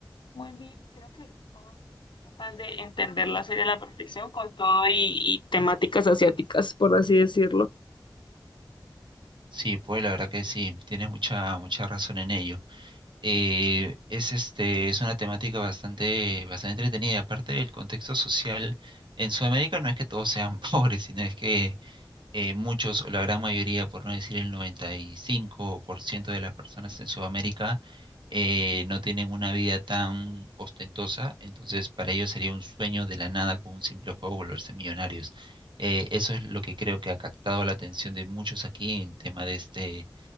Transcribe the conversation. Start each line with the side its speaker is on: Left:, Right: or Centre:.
Left: muy bien. Creo que todo es capaz de entender la serie a la perfección con todo y y temáticas asiáticas, por así decirlo.
Right: Sí, pues la verdad que sí, tienes mucha, mucha razón en ello. eh, es, este, es una temática bastante, bastante entretenida. Y aparte, el contexto social en Sudamérica no es que todos sean <laughs> pobres, sino es que eh, muchos, o la gran mayoría, por no decir el 95% de las personas en Sudamérica, eh, no tienen una vida tan ostentosa. Entonces, para ellos sería un sueño de la nada con un simple juego volverse millonarios. Eh, eso es lo que creo que ha captado la atención de muchos aquí en tema de este